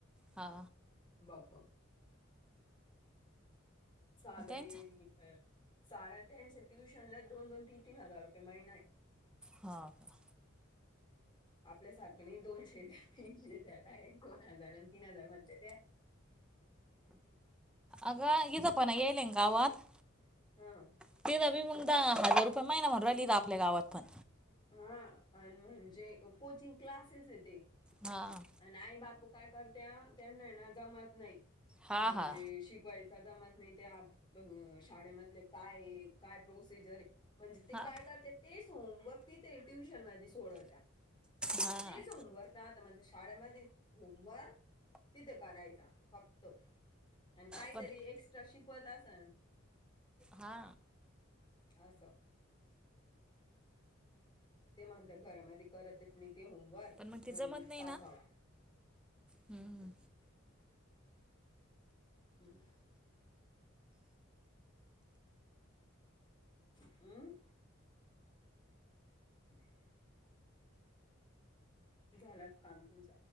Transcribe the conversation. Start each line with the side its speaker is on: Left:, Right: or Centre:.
Centre: हा.
Left: बाप बाप. चालेय
Centre: त्यांच
Left: अ सारान टेन्शन ट्युशनला दोन-दोन, तीन-तीन हजार रुपये महिना आहे.
Centre: हा का?
Left: आपल्यासारख्यांनी दोनशे, तिनशे ज्यादा आहे दोन‌ हजार आणि तीन हजार म्हणते त्या. <inaudible>
Centre: अगं अंकिता पण यायलेन गावात?
Left: हां.
Centre: <unintelligible> हजार रुपया महिना मरवली आपल्या गावात पण.
Left: हा आणि म्हणजे कोचिंग क्लासेस आहे ते.
Centre: हा.
Left: आणि आई बापू काय करत्या त्यांना ना जमत नाही
Centre: हा
Left: म्हणजे
Centre: हा
Left: शि येयाचा दमत नाही त्या आ शाळेमधले काय आहे काय प्रोसिजर आहे म्हणजे ते
Centre: हा
Left: काय करते तेच होमवर्क दते ट्युशन मध्ये सोडवत्या.
Centre: हा
Left: तेच होमवर्क. <unintelligible> शाळेमध्ये होमवर्क तिथे करायचा फक्त. आणि काहीतरी
Centre: पण
Left: एक्स्ट्रा शिकवत असणं
Centre: हा.
Left: असं ते म्हणत्या घरामध्ये करतच नी ते होमवर्क
Centre: पण मग ते
Left: म्हणून
Centre: जमत नाही
Left: टाकावा.
Centre: ना हम्म
Left: <unintelligible> हम्म. अम्म. <inaudible> झालात काम तुमच?